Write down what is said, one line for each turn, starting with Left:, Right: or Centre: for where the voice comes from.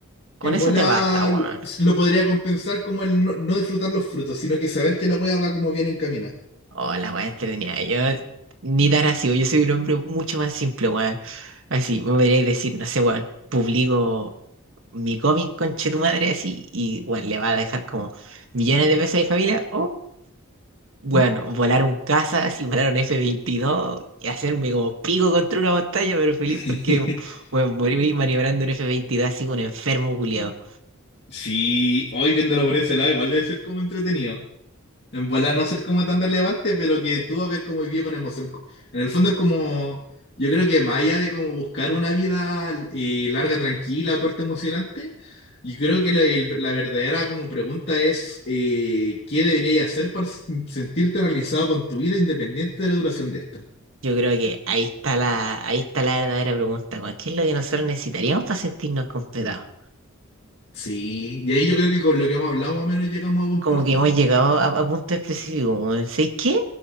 Right: Con
Left: En
Right: eso
Left: volar
Right: te basta, weón.
Left: lo podría compensar como el no, no disfrutar los frutos, sino que saber que la hueá va como bien encamina.
Right: Oh, la weá entretenida. Yo ni tan así, weón. yo soy un hombre mucho más simple, weón. Así, me podríais decir, no sé, weón, publico mi cómic, conche tu madre, así, y, weón, le va a dejar como millones de pesos a mi familia. Bueno,
Left: ¿Mm?
Right: volaron casas y volaron F-22 y hacerme como pico contra una montaña, pero feliz
Left: <laughs>
Right: porque, bueno, morí maniobrando un F-22 así como un enfermo culiado.
Left: Sí, hoy viéndolo por ese lado, igual debe ser como entretenido. En volar no ser como tan relevante, pero que tú vas a ver cómo vivió con emoción. Co- En el fondo es como, yo creo que más allá de como buscar una vida eh, larga, tranquila, o corta, emocionante, yo creo que la, el- la verdadera como pregunta es, eh, ¿qué deberías hacer para s- sentirte realizado con tu vida independiente de la duración de esta?
Right: Yo creo que ahí está la, ahí está la verdadera pregunta, weón. ¿Qué es lo que nosotros necesitaríamos para sentirnos completados?
Left: Sí, y ahí yo creo que con lo que hemos hablado más o menos llegamos a buen
Right: Como
Left: puerto.
Right: que hemos llegado a, a punto específico, weón. ¿Sabes qué?